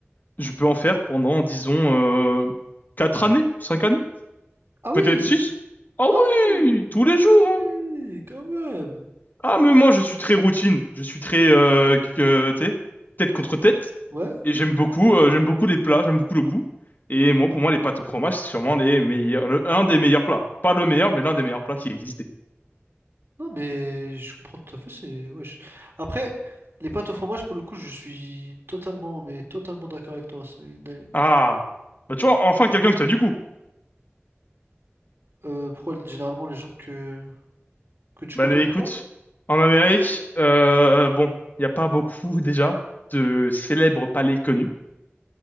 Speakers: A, on the left; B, on the right.
A: Je peux en faire pendant, disons, euh, 4 années, 5 années,
B: Ah
A: peut-être
B: oui!
A: six Ah
B: Ah oui!
A: oui, tous les jours. hein.
B: Oui, quand même!
A: Ah, mais moi, je suis très routine. Je suis très, euh, que- euh, tu sais, tête contre tête.
B: Ouais,
A: Et j'aime beaucoup, euh, j'aime beaucoup les plats, j'aime beaucoup le goût. Et moi, pour moi, les pâtes au fromage, c'est sûrement les meilleurs, le- un des meilleurs plats. Pas le meilleur, mais l'un des meilleurs plats qui existent.
B: non, mais je comprends tout à fait. C'est. ouais, je- Après, les pâtes au fromage, pour le coup, je suis totalement, mais totalement d'accord avec toi. c'est une-
A: Ah, bah tu vois, enfin quelqu'un qui a du goût.
B: Euh, pourquoi généralement les gens que, que tu
A: Bah
B: côtoies
A: allez,
B: ne
A: écoute,
B: pas?
A: en Amérique, euh, bon, il n'y a pas beaucoup <laughs> déjà de célèbres palais connus.